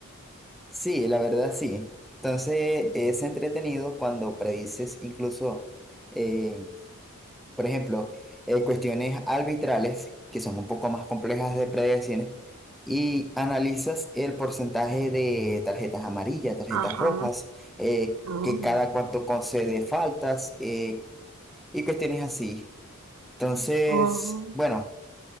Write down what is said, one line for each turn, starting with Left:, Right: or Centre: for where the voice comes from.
Centre: sí, la verdad sí. Entonces, es entretenido cuando predices incluso eh, Por ejemplo, eh, cuestiones arbitrales, que son un poco más complejas de predecir, y analizas el porcentaje de tarjetas amarillas, tarjetas
Right: Ajá.
Centre: rojas, eh,
Right: Oh.
Centre: que cada cuánto concede faltas, eh, y cuestiones así. Entonces,
Right: Oh.
Centre: bueno,